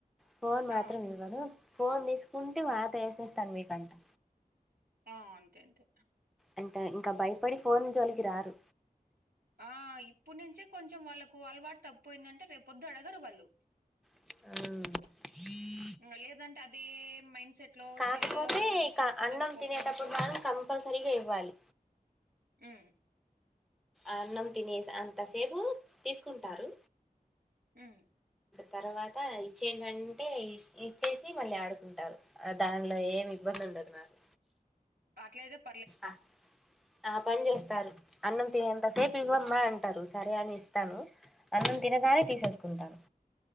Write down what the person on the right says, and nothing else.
ఆ
ఉమ్,
నొ అంతె అంతె
ఆ ఇప్పుడు నుంచే కొంచెం వాళ్ళుకు అలవాటు తప్పు పోయిందంటే రేపు పొద్దు అడగరు వాళ్ళు
ఇంగ లేదంటే అదే మైండ్ సెట్ లో
సెల్ లో మనం
చిన్న చిన్న
ప్రోగ్రామ్స్
ము
ము
అట్లాదెప్
హ్మ్